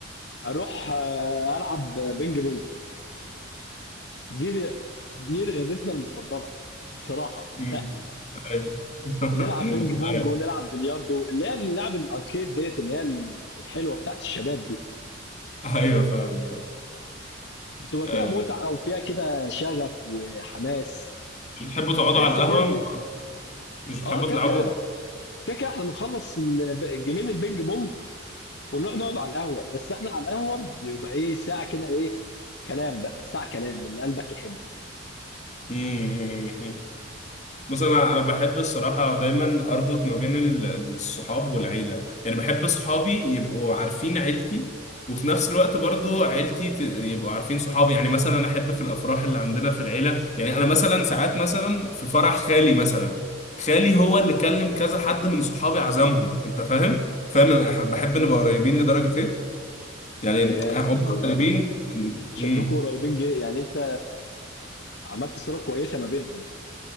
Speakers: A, on the left (about 60°); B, on the left (about 35°).
A: اروح آه، العب بينج بونج دي دي رياضتنا المفضله بصراحه
B: مم.
A: <laughs>
B: ايوه <laughs>
A: نلعب بينج بونج
B: ايوه
A: ونلعب بلياردو اللي هي اللعب الاركيد ديت اللي هي ال- الحلوه بتاعت الشباب دي
B: ايوه فاهم فاهم.
A: بتبقى
B: أه
A: فيها متعه وفيها كده شغف وحماس
B: بتحبوا تقعدوا
A: تحس
B: على القهوة
A: كده ان
B: مش بتحبوا
A: اه كده
B: تلعبوا
A: كده كده كده احنا بنخلص ال- جيمين البينج بونج ونروح نقعد على القهوه بس احنا على القهوه بيبقى ايه ساعه كده ايه كلام بقى ساعه كلام من اللي قلبك يحبه
B: مم. بص انا انا بحب الصراحه دايما اربط ما بين ال- الصحاب والعيله يعني بحب صحابي يبقوا عارفين عيلتي وفي نفس الوقت برضو عيلتي ت- يبقوا عارفين صحابي يعني مثلا احب في الافراح اللي عندنا في العيله يعني انا مثلا ساعات مثلا في فرح خالي مثلا خالي هو اللي كلم كذا حد من صحابي عزمهم انت فاهم فاهم أنا أح- بحب نبقى قريبين لدرجه ايه يعني
A: آه يا
B: هم
A: ده انتوا
B: قريبين
A: شكلكم
B: امم
A: قريبين جي يعني انت عملت صله كويسه ما بينهم يعني